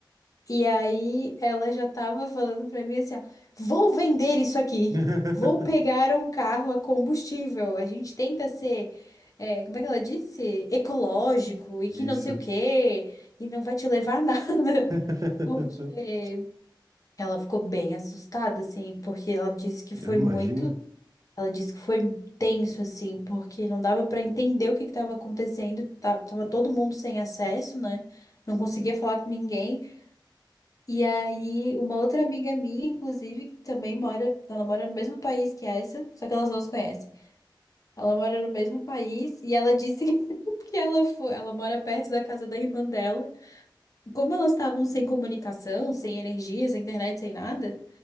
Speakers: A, on the left; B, on the right.
A: E aí ela já tava falando pra mim assim, ó, vou vender isso aqui.
B: <laughs>
A: Vou pegar um carro a combustível. A gente tenta ser, é, como é que ela disse? Ecológico e
B: Isso.
A: que não sei o quê. E não vai te levar a nada.
B: <laughs>
A: <laughs> Porque ela ficou bem assustada, assim, porque ela disse que
B: Eu
A: foi
B: imagino.
A: muito. Ela disse que foi tenso, assim, porque não dava pra entender o que que tava acontecendo. Tava, tava todo mundo sem acesso, né? Não conseguia falar com ninguém. E aí, uma outra amiga minha, inclusive, que também mora, ela mora no mesmo país que essa, só que elas não se conhecem. Ela mora no mesmo país e ela disse que, <laughs> que ela foi, ela mora perto da casa da irmã dela. Como elas estavam sem comunicação, sem energia, sem internet, sem nada,